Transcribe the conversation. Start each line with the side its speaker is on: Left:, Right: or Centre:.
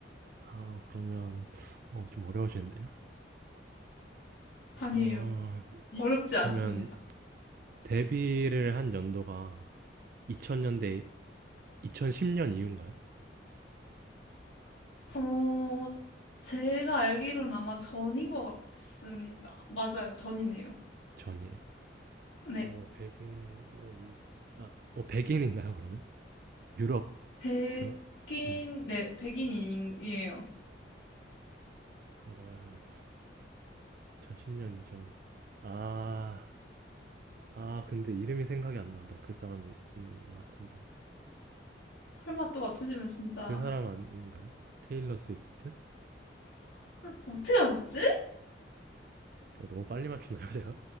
Right: 아, 그러면 어, 좀 어려우시는데요.
Left: 아니에요.
Right: 어,
Left: 어렵지 않습니다.
Right: 그러면 데뷔를 한 연도가 2000년대 2010년 이후인가요?
Left: 어, 제가 알기로는 아마 전인 것 같습니다. 맞아요, 전이네요.
Right: 전이에요.
Left: 네,
Right: 어 백인은 아, 어 백인인가요 그러면? 유럽
Left: 백인,
Right: 그런 네
Left: 네, 백인이에요.
Right: 그러면 2010년 이전 아, 아 근데 이름이 생각이 안 난다 그 사람인 것 같은데
Left: 설마 또 맞추시면 진짜
Right: 그 사람 아닌가요? 테일러 스위프트?
Left: 어떻게 아셨지?
Right: 어, 너무 빨리 맞추나요 제가?